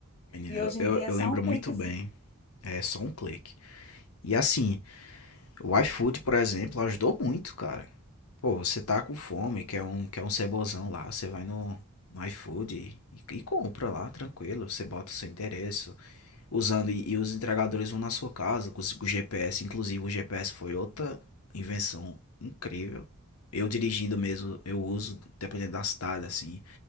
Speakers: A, on the left; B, on the left.
A: Menino,
B: E
A: eu,
B: hoje em dia
A: eu-
B: é
A: eu
B: só
A: lembro
B: um
A: muito
B: clique,
A: bem.
B: assim.
A: É só um clique. E assim, o iFood, por exemplo, ajudou muito, cara. Pô, você tá com fome, quer um, quer um cebozão lá, você vai no, no iFood e, e compra lá, tranquilo. Você bota o seu endereço, usando e, e os entregadores vão na sua casa com, os- com o GPS. Inclusive, o GPS foi outra invenção incrível. Eu dirigindo mesmo, eu uso, dependendo da cidade, assim.